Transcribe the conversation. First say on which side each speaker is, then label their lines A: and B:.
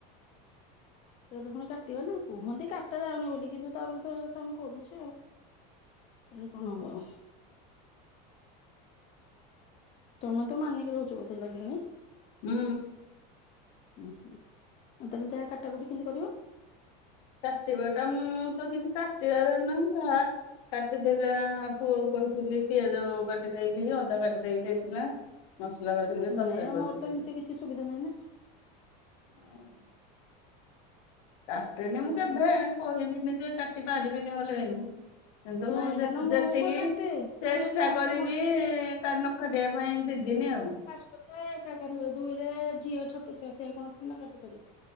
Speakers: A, on the left; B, on the left.
A: ଏରା ତ ପୁଣି କାଟିବା ନା। କୁହନ୍ତି କା ଟା ଯାଉନି ବୋଲି। କିନ୍ତୁ ତା ବୋଲି ତ ଏରା ତ ଆମେ କରୁଚେ ଆଉ। କହିଲେ କଣ ହବ ଆଉ। ତମେ ତ ମାନିକି ରହୁଚ ବୋଧେ ଲାଗିଲାଣି?
B: ହୁଁ।
A: ଉଁ ହୁଁ। ଆଉ ତାହେଲେ ଯାହା କାଟା କୁଟି କେମିତି କରିବ?
B: କାଟିବା ଟା ମୁଁ ତ କିଛି କାଟିବାର ନାହିଁ। ଯାହା କାଟି <unintelligible> ପୁଅ କୁ କହିଥିଲି ପିଆଜ କାଟି ଦେଇକି ଅଦା କାଟି ଦେଇକି ଦେଇଥିଲା। ମସଲା କରିକି
A: ନାଇଁ
B: ତରକାରୀ କରିଦେଇଥିଲି।
A: ମୋର ତ ଏମିତି କିଛି ସୁବିଧା ନାହିଁ ନା।
B: ଆଉ କାଟେନି
A: ନା।
B: ମୁଁ କେବେ। କହିବିନି ଯେ କାଟି ପାରିବିନି ବୋଲି ଏଇନୁ। ସେଇଥି ଯୋଗୁ
A: ନାଇଁ
B: ଯେ
A: କାରଣ ମୁଁ
B: ଯେତିକି
A: କଣ କାଟେ
B: ଚେଷ୍ଟା
A: ଆରେ ମୁଁ ଆଉ
B: କରିବି
A: ତ ମୁଁ
B: କା ନକାଟିବା ପାଇଁ ଦି ଦିନି ଆଉ।
A: <unintelligible> ଦୁଇରେ ଝିଅ ଛୋଟ ଛୁଆ ସେଏ କଣ ଥୋଡି ନା କାଟି ପାରିବ‌।